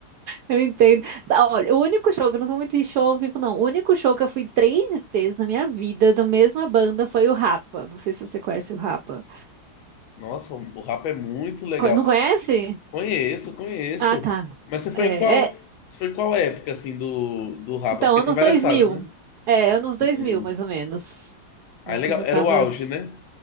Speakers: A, on the right; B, on the left.
A: Eu entendo. Ah, Olha, o único show, que eu não sou muito em show ao vivo, não. O único show que eu fui três vezes na minha vida da mesma banda foi o Rapa. Não sei se você conhece o Rapa.
B: Nossa, o rap é muito legal.
A: Co- Não conhece?
B: Conheço, conheço.
A: Ah, tá.
B: Mas você foi
A: É,
B: em qual,
A: é,
B: você foi em qual época assim do do rapa?
A: então,
B: Porque
A: anos
B: tem várias
A: dois
B: fases,
A: mil.
B: né?
A: É, anos dois
B: Hum.
A: mil mais ou menos.
B: Ah,
A: Né,
B: é legal.
A: que eu já
B: Era
A: tava
B: o auge, né?